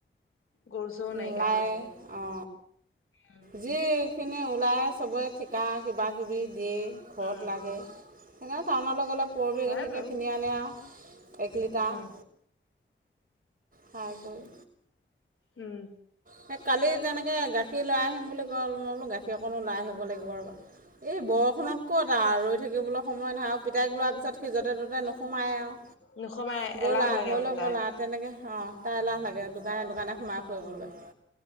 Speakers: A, on the left (about 85°); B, on the right (about 40°).
A: গৰু চৰু নাইকিয়া
B: নোলায়ে
A: হ'ল চাগে
B: অ'।
A: উম
B: যিখিনি ওলায় চবৰে ঠিকা কিবা কিবি দি ঘৰত
A: উম
B: লাগে। সেইকাৰণে টাউনলৈ গ'লে পুৰবী
A: হয়
B: গাখীৰকে
A: বাৰু
B: কিনি আনে আৰু। এক লিটাৰ
A: উম
B: খাই কৰি।
A: উম।
B: সেই কালি তেনেকে গাখীৰ লৈ আহিম বুলি কয় মই বোলো গাখীৰ অকণো নাই লৈ আহিব লাগিব ৰ'বা এই বৰষুণত ক'ত আৰু ৰৈ থাকিবলৈ সময় নহয় আৰু পিতাইগুৰা পিছত সি য'তে ত'তে নোসোমায় আৰু,
A: নোসোমাই
B: ব'লা
A: এলাহ
B: আৰু
A: লাগে
B: ঘৰলৈ
A: মানে তাৰ
B: ব'লা আৰু। তেনেকৈ খাও তাই এলাহ লাগে দোকানে দোকানে সোমাই ফুৰিবলৈ।